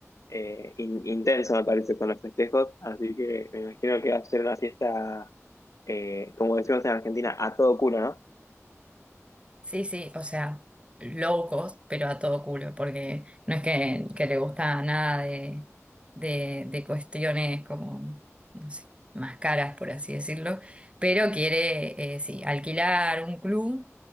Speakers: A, on the left; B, on the right.
A: eh, in- intenso, me parece, con los festejos, así que me imagino que va a ser una fiesta, eh, como decimos en Argentina, a todo culo, ¿no?
B: Sí, sí, o sea, low cost, pero a todo culo, porque no es que, que le gusta nada de, de, de cuestiones como, no sé, más caras, por así decirlo, pero quiere, eh, sí, alquilar un club.